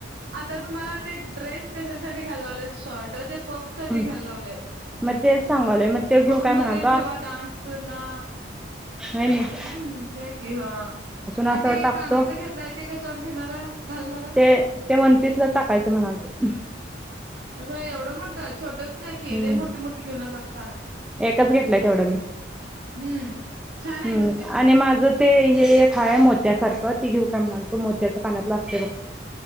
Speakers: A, on the right (about 65°); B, in the centre.
A: आता, तुम्हाला ते ड्रेस कशासाठी, घायला लावलेत. शॉर्ट ते पब साठी
B: हम्म
A: घ्यायला लावले आहेत.
B: मग तेच सांगालोय मग ते घेऊ
A: पब
B: काय म्हणालतो
A: मध्ये जेव्हा, डान्स ला,
B: होईनाही,
A: हम्म, घ्या की हा, आणि
B: असावर
A: ते,
B: टाकतो
A: कानातला घेतलाय ते, कशावर घेणारा घालणारा?
B: ते ते, वनपीसला टाकायचं म्हणाल तो,
A: होय, एवढा मोठ! छोटसं घ्या
B: हम्म
A: की लय मोठी- मोठी घेऊ नका कानातली,
B: एकच, घेतलय तेवढं मी,
A: हम्म, छान आहे
B: हम्म,
A: खरं ते
B: आणि माझं ते, हे एक हाय मोत्यासारखं, ते घेऊ काय म्हणाल, तो मोतच कानातल असत्य बग,